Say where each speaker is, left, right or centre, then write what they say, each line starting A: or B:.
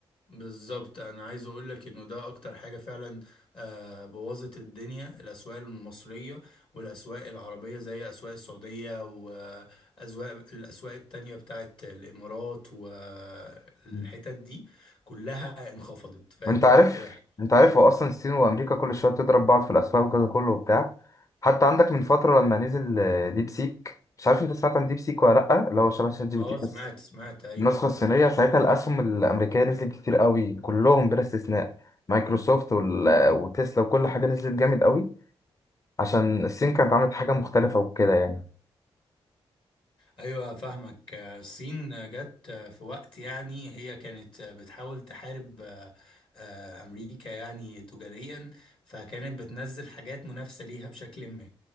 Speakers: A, on the left; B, on the left.
A: بالظبط انا عايز اقول لك انه ده اكتر حاجه فعلا آه، بوظت الدنيا الاسواق المصريه والاسواق العربيه زي اسواق السعوديه واسواق الاسواق التانية بتاعت الامارات والحتت
B: م.
A: دي كلها انخفضت فاهم
B: انت
A: في
B: عارف
A: وقت واحد
B: انت عارف هو اصلا الصين وامريكا كل شويه بتضرب بعض في الاسواق والجو ده كله وبتاع حتى عندك من فتره لما نزل آه، ديب سيك مش عارف انت سمعت عن ديب سيك ولا لا اللي هو شبه شات جي بي
A: اه
B: تي بس
A: سمعت سمعت ايوه
B: النسخة الصينية ساعتها الأسهم الأمريكية نزلت كتير قوي كلهم بلا استثناء مايكروسوفت وال- وتسلا وكل حاجة نزلت جامد قوي عشان الصين كانت عملت حاجة مختلفة وكده يعني
A: ايوه فاهمك آه، الصين آه، جت آه، في وقت يعني هي كانت آه، بتحاول تحارب آه، آه، امريكا يعني تجاريا فكانت بتنزل حاجات منافسه ليها بشكل ما